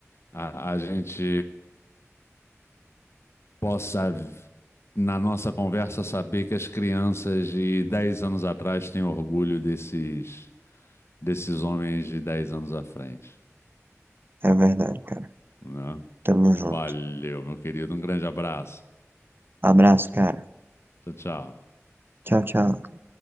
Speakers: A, on the left (about 55°); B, on the right (about 45°).
A: a, a gente possa, na nossa conversa, saber que as crianças de 10 anos atrás têm orgulho desses, desses homens de 10 anos à frente,
B: É verdade, cara.
A: né?
B: Tamo junto.
A: Valeu, meu querido. Um grande abraço.
B: Abraço, cara.
A: Tchau, tchau.
B: Tchau, tchau.